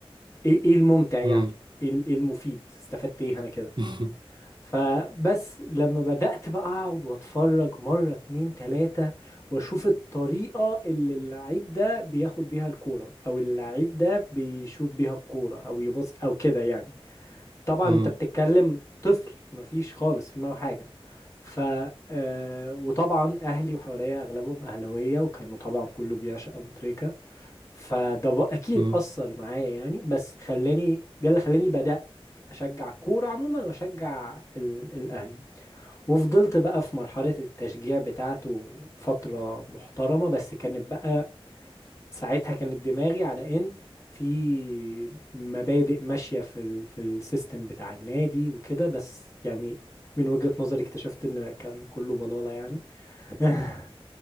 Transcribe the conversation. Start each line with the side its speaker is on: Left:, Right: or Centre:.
Left: ايه ايه الممتع
Right: امم
Left: يعني ايه ال- إيه المفيد استفدت ايه انا كده
Right: <laughs>
Left: فبس لما بدأت بقى أقعد وأتفرج مرة اتنين تلاتة وأشوف الطريقة اللي اللعيب ده بياخد بيها الكورة أو اللعيب ده بيشوط بيها الكورة أو يبص أو كده يعني طبعا
Right: امم
Left: انت بتتكلم طفل مفيش خالص في دماغه حاجه ف آه، وطبعا اهلي وحواليا اغلبهم اهلاويه وكانوا طبعا كله بيعشق ابو تريكه فده ب- اكيد
Right: امم
Left: اثر معايا يعني بس خلاني ده اللي خلاني بدات اشجع الكوره عموما واشجع ال- الاهلي وفضلت بقى في مرحله التشجيع بتاعته فتره محترمه بس كانت بقى ساعتها كانت دماغي على ان في مبادئ ماشية في ال في السيستم بتاع النادي وكده بس يعني من وجهة نظري اكتشفت ان كان كله بلالة يعني <laughs>